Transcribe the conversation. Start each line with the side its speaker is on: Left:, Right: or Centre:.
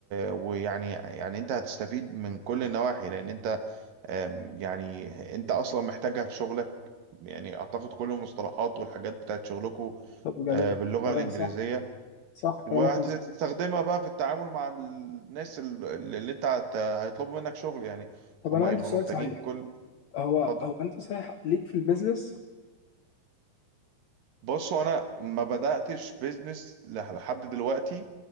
Right: ويعني يعني انت هتستفيد من كل النواحي لان انت آم، يعني انت اصلا محتاجها في شغلك يعني اعتقد كل المصطلحات والحاجات بتاعت شغلكم
Left: طب جميل
Right: باللغة
Left: تمام
Right: الانجليزية
Left: صح صح
Right: وهتستخدمها
Left: كلامك مظبوط
Right: بقى في التعامل مع الناس ال- اللي انت هت... هيطلبوا منك شغل يعني
Left: طب
Right: هم
Left: أنا عندي
Right: هيبقوا
Left: سؤال
Right: محتاجين
Left: صحيح
Right: كل
Left: هو
Right: اتفضل
Left: هو انت صحيح ليك في البيزنس
Right: بص هو انا ما بداتش بيزنس لح- لحد دلوقتي